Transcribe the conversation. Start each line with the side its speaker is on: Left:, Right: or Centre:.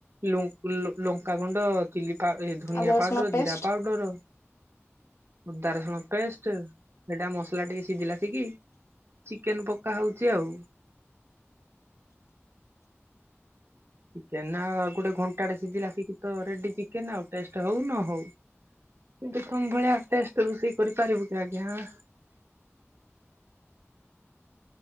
Right: ଲଙ୍କାଗୁଣ୍ଡ ଚିଲି ଧନିଆ
Left: ଅଦା ରସୁଣ
Right: ପାଉଡର
Left: ପେଷ୍ଟ
Right: ଜିରା ପାଉଡର। ଅଦା ରସୁଣ ପେଷ୍ଟ ସେଇଟା ମସଲା ଟିକେ ସିଝିଲା ସିକିି। ଚିକେନ ପକା ହଉଛି ଆଉ। ଚିକେନ ଉ ଗୋଟେ ଘଣ୍ଟାଟେ ସିଝିଲାି ତ ରେଡି ଚିକେନ ଆଉ ଟେଷ୍ଟ ହଉ ନ ହଉ। କିନ୍ତୁ ତମ ଭଳିଆ ଟେଷ୍ଟ ରୋଷେଇ କରିପାରିବୁ କି ଆଜ୍ଞା।